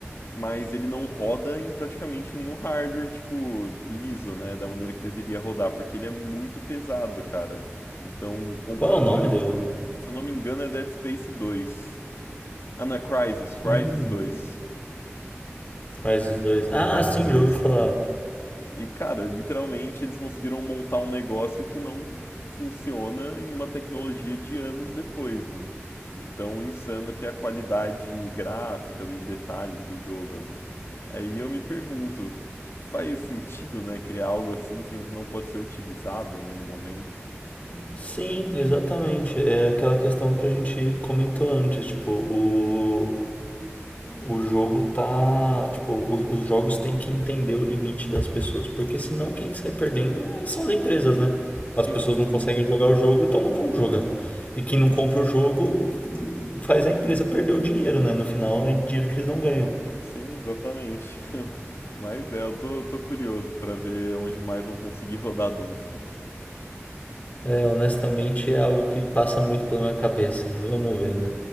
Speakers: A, on the left; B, on the left.
A: mas ele não roda em praticamente nenhum hardware, tipo, liso, né? Da maneira que deveria rodar, porque ele é muito pesado, cara. Então, computadores.
B: Qual é o nome do.
A: Se eu não me engano, é Dead Space 2. Ah, não, é Crysis, Crysis
B: Hum,
A: 2.
B: Crysis 2. Ah,
A: Crysis
B: sim,
A: dois
B: já ouvi falar.
A: E, cara, literalmente eles conseguiram montar um negócio que não funciona em uma tecnologia de anos depois, né? De tão insano que é a qualidade gráfica e detalhes do jogo, né? Aí eu me pergunto, faz sentido, né, criar algo assim, sendo que não pode ser utilizado, né, no momento?
B: Sim, exatamente. É aquela questão do que a gente comentou antes, tipo, o o jogo tá. Tipo, os, os jogos têm que entender o limite das pessoas. Porque senão quem sai perdendo é- são as empresas, né?
A: Sim,
B: As pessoas não conseguem jogar o jogo, então não vão jogar. E quem não compra o jogo hum, faz a empresa perder o dinheiro, né? No final é dinheiro que eles não ganham.
A: sim, exatamente. <laughs> Mas é, eu tô, eu tô curioso pra ver onde mais vão conseguir <laughs> rodar Doom.
B: É, honestamente é algo que passa muito pela minha cabeça. Vamos ver, né?